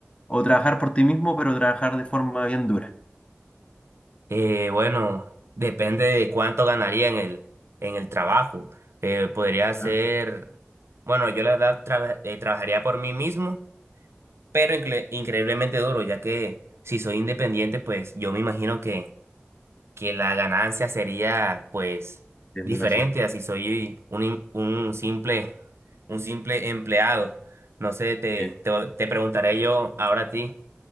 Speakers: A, on the left; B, on the right.
A: ¿O trabajar por ti mismo pero trabajar de forma bien dura?
B: Eh, bueno, depende de cuánto ganaría en el, en el trabajo. Eh, podría ser,
A: Ah,
B: bueno, yo la verdad traba- eh, trabajaría por mí mismo, pero incre- increíblemente duro, ya que si soy independiente, pues yo me imagino que, que la ganancia sería pues
A: sí,
B: diferente
A: Me imagino.
B: a si soy un, im- un simple un simple empleado. No sé, te,
A: Sí,
B: te, te preguntaré yo ahora a ti.